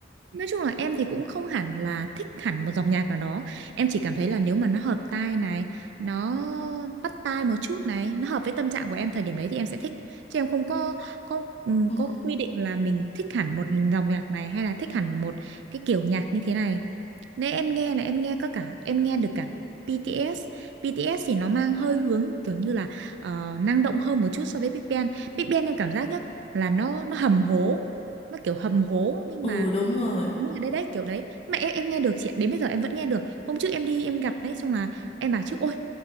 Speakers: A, on the right (about 70°); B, on the left (about 30°).
A: Nói chung là em thì cũng không hẳn là thích hẳn một dòng nhạc nào đó. Em chỉ cảm thấy là nếu mà nó hợp tai này, nó bắt tai một chút này, nó hợp với tâm trạng của em thời điểm đấy thì em sẽ thích. Chứ em không có có ừm,
B: Ừ.
A: có quy định là mình thích hẳn một dòng nhạc này hay là thích hẳn một cái kiểu nhạc như thế này. nên em nghe là em nghe có cả em nghe được cả BTS. BTS thì nó mang hơi hướng kiểu như là ờ, năng động hơn một chút so với Big Bang. Big Bang em cảm giác nhá là nó nó hầm hố, nó kiểu hầm hố nhưng
B: Ừ
A: mà
B: đúng rồi.
A: Đúng rồi, đấy đấy kiểu đấy Nhưng mà em em nghe được chị ạ đến bây giờ em vẫn nghe được hôm trước em đi em gặp đấy xong là em bảo chứ ôi